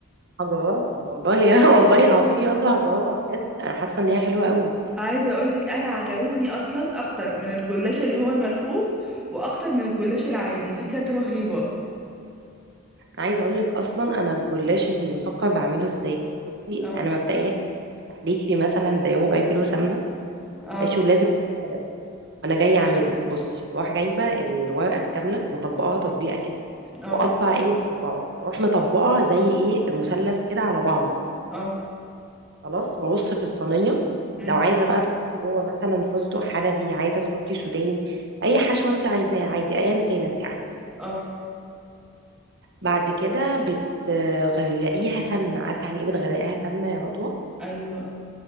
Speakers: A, on the right; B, in the centre.
A: هجاوبها والله <laughs> يا والله العظيم يا ندى هجاوبها بجد انا حاسه ان هي حلوه قوي
B: عايزة اقولك انا عجبتني اصلا اكتر من الجلاش اللي هو الملفوف واكتر من الجلاش العادي دي كانت رهيبة
A: انا عايزه اقول لك اصلا انا الجلاش المسكر بعمله ازاي بصي
B: اه
A: انا مبدئيا بحليك لي مثلا زي ربع كيلو سمنه
B: اه
A: ماشي ولازم بلد. انا جايه اعمله بصي بروح جايبه الورقه الكامله مطبقاها تطبيقه كده
B: اه
A: واقطع ايه مربعات واروح مطبقه زي ايه مثلث كده على بعض
B: اه
A: خلاص وارص في الصينيه
B: مم،
A: لو عايزه بقى تحطي جوه مثلا فستق حلبي عايزه تحطي سوداني اي حشوه انت عايزاها عادي ايا كانت يعني
B: اه
A: بعد كده بتغرقيها سمنه عارفه يعني ايه بتغرقيها سمنه يا عضوة
B: ايوه اه